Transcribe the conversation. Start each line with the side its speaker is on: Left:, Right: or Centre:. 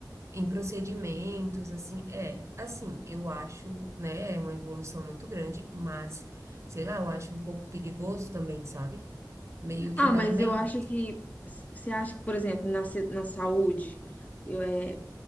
Right: Em procedimentos, assim, é, assim, eu acho, né, é uma evolução muito grande, mas, sei lá, eu acho um pouco perigoso também, sabe? Meio que
Left: Ah,
Right: dá
Left: mas
Right: medo.
Left: eu acho que você acha que, por exemplo, na, se- na saúde, eu é